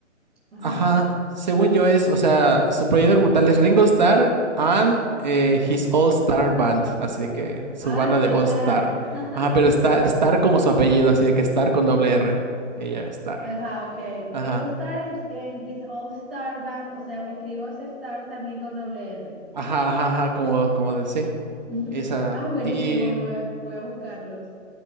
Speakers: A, in the centre; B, on the right.
A: ajá.
B: Ajá, según yo es, o sea, su proyecto como tal es Ringo Starr and eh, his All Star Band, así de que su
A: Ay,
B: banda
A: ¿qué
B: de All
A: tal?
B: Star.
A: <laughs>
B: Ajá, pero está Star como su apellido, así de que Star con doble R. Ella, Star.
A: Ajá, ok.
B: Ajá,
A: Ringo Starr en, en his All Star Band, o sea, escribo ese Star también con doble R.
B: ajá, ajá, ajá, como, como de sí,
A: <laughs>
B: esa.
A: Ay, buenísimo,
B: Y
A: me voy a, voy a buscarlos.